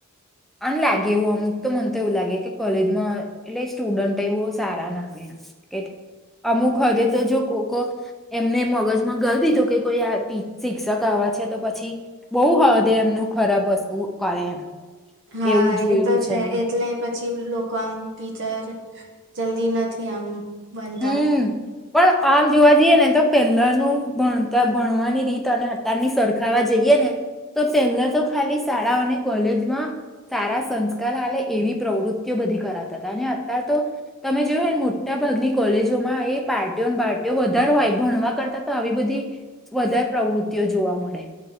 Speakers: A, in the centre; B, on the right (about 55°).
A: અને લાગે એવું અમુક તો, મને તો એવું લાગે કે કોલેજમાં એટલે સ્ટુડન્ટ એય બહું સારા નથી, એટ, અમુક હદે તો જો કોકો એમને મગજમાં ઘાલ દીધું કે કોઈ આ પી શિક્ષક આવા છે તો પછી બહુ હદે એમનું ખરાબ વસ્તુ કહે એમ.
B: હા
A: એવું જોયેલું
B: એ તો છે,
A: મેં
B: એટલે પછી લોકો આમ ટીચર જલ્દી નથી આમ બનતા.
A: હમ પણ આમ જોવા જઈએ ને તો પહેલાનું ભણ તા ભણવાની રીત અને અતારની સરખાવવા જઈએે ને તો પહેલા તો ખાલી શાળા અને કોલેજમાં સારા સંસ્કાર આલે એવી પ્રવૃત્તિઓ બધી કરાવતા તા, અને અત્યાર તો તમે જોયું હોય મોટા ભાગની કોલેજ જો માં એ પાર્ટીઓ બાર્ટીઓ બધ દર હોય, ભણવા કરતા તો આવી બધી વધારે પ્રવૃતિઓ જોવા મળે.